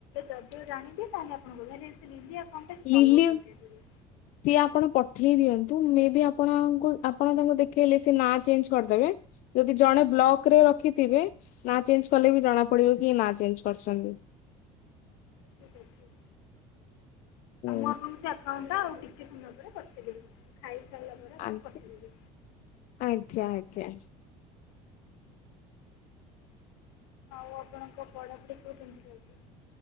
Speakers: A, on the left (about 85°); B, on the left (about 60°).
A: ଯଦିଓ ଜାଣିଦିଏ ତାହେଲେ ଆପଣଙ୍କୁ ଭ୍ୟାଲି ସେ ଲିଲି ଆକାଉଣ୍ଟ ଟା ସେ
B: ଲିଲି
A: ଚଲଉଛନ୍ତି ବୋଲି।
B: ସିଏ ଆପଣ ପଠେଇ ଦିଅନ୍ତୁ ମେ ବି ଆପଣଙ୍କୁ ଆପଣ ତାଙ୍କୁ ଦେଖେଇଲେ ସେ ନାଁ ଚେଞ୍ଜ କରିଦେବେ। ଯଦି ଜଣେ ବ୍ଲକ ରେ ରଖିଥିବେ ନା ଚେଞ୍ଜ କଲେ ବି ଜଣା ପଡିବ କି ନା ଚେଞ୍ଜ କରିଛନ୍ତି।
A: ଠିକ ଅଛି।
B: ଆ
A: ଆଉ ମୁଁ ଆପଣଙ୍କୁ ସେ ଆକାଉଣ୍ଟ ଟା ଆଉ ଟିକେ ସମୟ ପରେ ପଠେଇ ଦେବି ଖାଇସାରିଲା ପରେ। ଆପଣଙ୍କୁ
B: ଆଜ୍ଞା
A: ପଠେଇଦେବି।
B: ଆଜ୍ଞା ଆଜ୍ଞା।
A: ଆଉ ଆପଣଙ୍କ ପଢାପୁଢ଼ି ସବୁ କେମିତି ଚାଲିଛି?